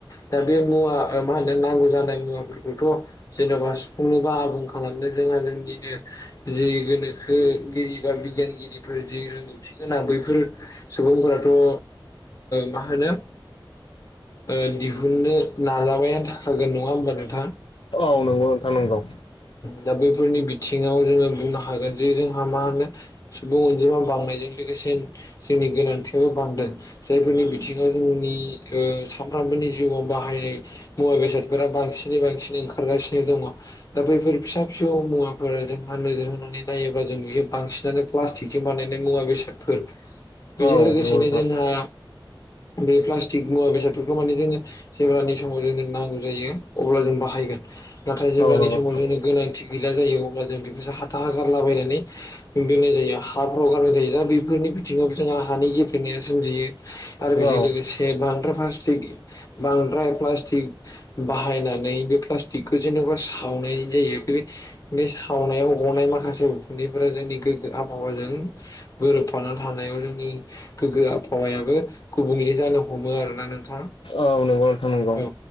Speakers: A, on the left; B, on the left.
A: दा बे मुवा मा होनो नांगौ जानाय मुवाफोरखौथ' जेनेबा सुफुंनोबा आबुं खालामनो जोंहा जोंनिनो जै गोनोखो गिरि बा बिगियानगिरिफोर जि रोंगौथि गोनां बैफोर सुबुंफोराथ' ओ मा होनो ओ दिहुननो नाजानाया थाखागोन नङा होमबा नोंथां
B: औ नोंगौ नोंथां नंगौ
A: दा बैफोरनि बिथिङाव जोङो बुंनो हागोन बे जोंहा मा होनो सुबुं अनजिमा बानायजों लोगोसे जोंनि गोनांथियाबो बान्दों जायफोरनि बिथिङाव ओ जोंनि सानफ्रोमबोनि जिउआव बाहायनाय मुवा बेसादफोरा बांसिन बांसिनै बांसिनै ओंखार खारगासिनो दङ दा बैफोर फिसा फिसौ मुवाफोरा जोंहा नोजोर होनानै नायोब्ला जों बियो बांसि सिनानो प्लास्टिकजों बानायनाय मुवा बेसादफोर बेजों
B: औ
A: लोगोसेनो
B: नंगौ नोंथां
A: जोंहा बे प्लास्टिक मुवा बेसादफोरखौ माने जोङो जेब्लानि समाव जोंनो नांगौ जायो अब्ला जों बाहायगोन नाथाय जेब्लानि
B: औ नंगौ
A: समाव
B: नोंथां
A: जोंनो गोनां थि गैला जायो अब्ला जों बेखौसो हाथा हा गारलाबायनानै दोननाय जायो हाफ्राव गारनाय जायो दा बेफोर नि बिथिङाव जोंहा हानि गेब्रेनाया सोमजियो आरो बेजों
B: औ
A: लोगोसे बांद्राय प्लास्टिक बांद्राय प्लास्टिक बाहायनानै बे प्ला स्टिकखो जेनेबा सावनाय जायो बे सावनायाव गनाय माखासे उखुन्दैफोरा जोंनि गोग्गो आबहावाजों गोरोबफानानै थानायाव जोंनि गोग्गो आबहावायाबो गुबुंनले बे जानो हमो आरोना नोंथां
B: औ नंगौ नोंथां नंगौ
A: औ